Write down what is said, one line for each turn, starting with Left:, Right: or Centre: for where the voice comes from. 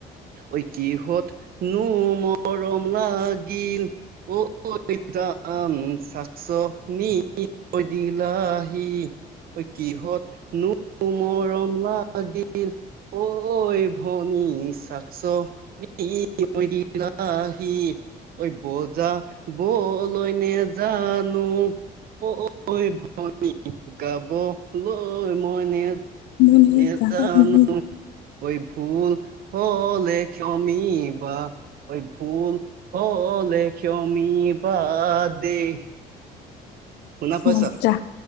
Right: ঐ কিহত নো মৰম লাগিল অহ অহ তিতাম চাচনি ঐ দিলাহি ঐ কিহত নো মৰম লাগিল ঐ ভনী চাকচ নি ঐ দিলা সি ঐ বজা বলৈ নেজানো ঐ ঐ ভনী গাবলৈ মই নে
Left: উম,
Right: নেজানো
Left: উম,
Right: নো ঐ ভুল হ'লে ক্ষমি বা ঐ ভুল হ'লে ক্ষমি বা দেই শুনা পাইছা
Left: মজা